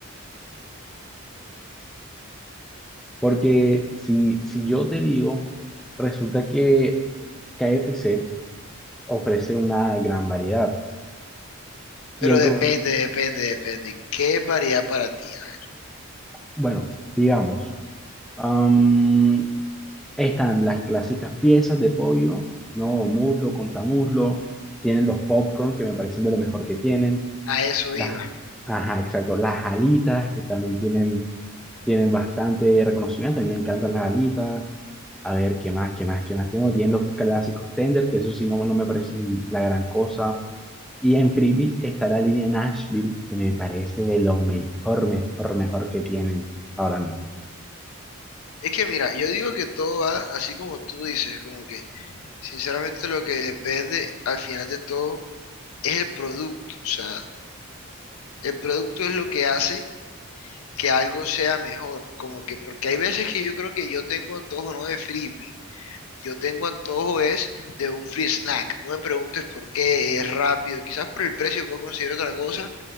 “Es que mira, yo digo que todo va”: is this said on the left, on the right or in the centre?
Left